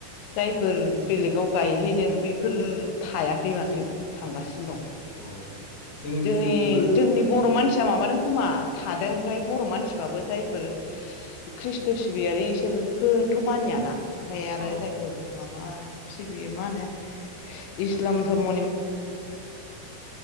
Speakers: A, on the left; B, on the left.
A: जायफोर बेलेगाव गायहैदों बेफोर थायाखै मा थो थांगासिनो दं
B: औ जोंथिंबो
A: जोंनि जोंनि बर' मान सिया माबादों खोमा थादों ओमफ्राय बर' मानसिबाबो जायफोर खृषट' सिबियारि इसोर ओ फोरथ' मानियाना ओमफाय आरो
B: औ
A: जायफोर माबा सिबियो मा होनो इस्लाम धर्मनि